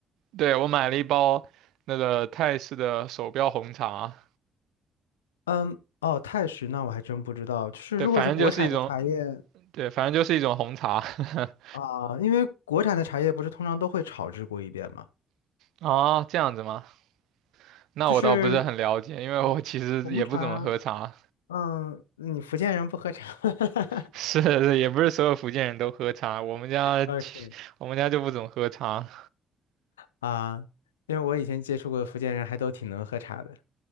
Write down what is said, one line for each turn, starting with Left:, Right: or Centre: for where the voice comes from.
Right: 对，我买了一包那个泰式的手标红茶，
Left: 嗯，哦，泰式那我还真不知道，就是如果是国产的茶叶。
Right: 对，反正就是一种对，反正就是一种红茶。<laughs>
Left: 啊，因为国产的茶叶不是通常都会炒制过一遍吗？
Right: 啊，这样子吗？那我倒不是很了解，
Left: 就是
Right: 因为我其实也不怎么喝茶。
Left: 红茶，嗯，你福建人不喝茶 <laughs>
Right: <laughs> 是是也不是所有福建人都喝茶，我们家其我们家就不怎么喝茶。
Left: ，OK 啊，因为我以前接触过福建人，还都挺能喝茶的